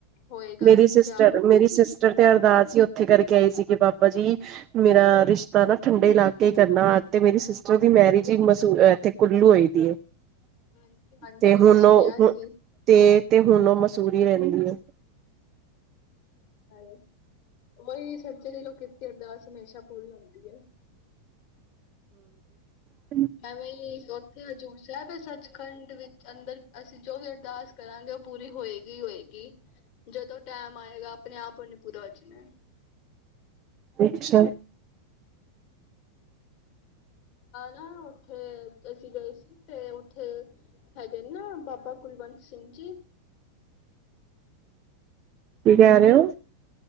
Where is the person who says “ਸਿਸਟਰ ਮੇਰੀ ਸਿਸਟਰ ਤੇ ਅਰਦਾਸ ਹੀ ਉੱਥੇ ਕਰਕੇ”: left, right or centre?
Right